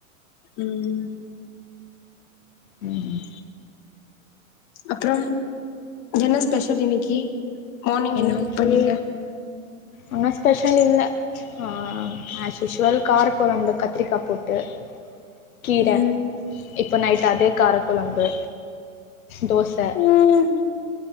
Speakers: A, on the left; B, on the left.
A: ம்
B: ம்
A: அப்ரோ என்ன ஸ்பெஷல் இன்னக்கி மானிங்
B: இன்னைக்கு
A: என்ன குக் பண்ணீங்க
B: ஒன்னு ஸ்பெஷல் இல்ல ஆ ஆஸ்விஷ்வல் கார கொழம்பு கத்திரிக்கா போட்டு கீர
A: ம்
B: இப்போ நைட் அதே கார கொழம்பு தோச
A: ம்